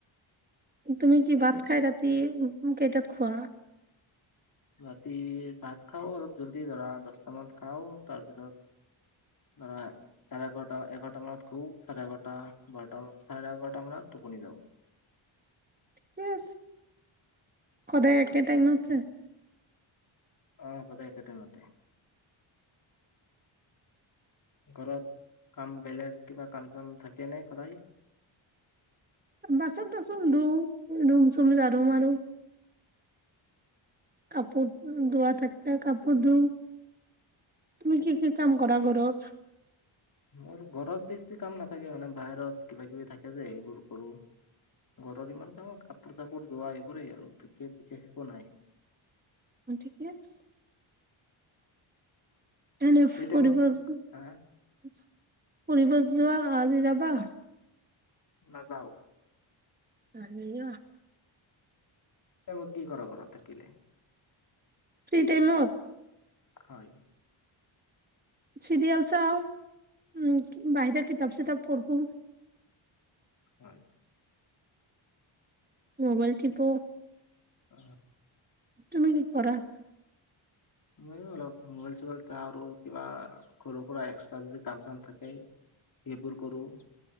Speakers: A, on the right (about 20°); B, on the left (about 45°).
A: তুমি কি ভাত খাই ৰাতি উ কেইটাত খোৱা
B: ৰাতি ভাত খাওঁ অলপ জল্দি ধৰা দহটা মানত খাওঁ তাৰপিছত ধৰা চাৰে এঘাৰটা এঘাৰটা মানত খু চাৰে এঘাৰটা বাৰটাান চাৰে এঘাৰটা মানত টোপনি যাওঁ
A: ঠিক সদায় একে তাইমটে
B: আহ সদায় একে টাইমতে ঘৰত কাম বেলেগ কিবা কাম চাম থাকে নে সদায়
A: বাচন টাচন ধু, ৰুম চুম জৰু মাৰুো কাপোৰ দুুৱা তাকা কাপোৰ ধু, তুমি কি কি কাম কৰা ঘৰত?
B: মোৰ ঘৰত বেছি কাম নাথাকে মানে বাহিৰত কিবা কিবি থাকে যে সেইবোৰ কৰোঁ ঘৰৰ ইমান কাম কাপোৰ তাপোৰ ধোৱা এইবোৰেই আৰু বিশেষ বিশেষ একো নাই
A: অ ঠিকে আছে এনে
B: ফ্ৰী
A: ফুৰিব
B: টাইমত কি
A: য
B: হা
A: ফুৰিব যোৱা আ আজি যাবা?
B: নাযাও
A: চালোৱা
B: তাৰ মত কি কৰা ঘৰত থাকিলে?
A: ফ্ৰী টাইমত
B: হয়
A: চৰিয়েল চাও উ বাহিৰে কিতাপ চিতাপ পঢ়ো
B: হয়
A: মোবাইল প
B: উ
A: তুমি কি কৰা
B: ময়ো অলপ মোবাইল চবাইল চাওঁ আৰু কিবা সৰু সুৰা এক্সট্ৰা যদি কাম চাম থাকে সেইবোৰ কৰোঁ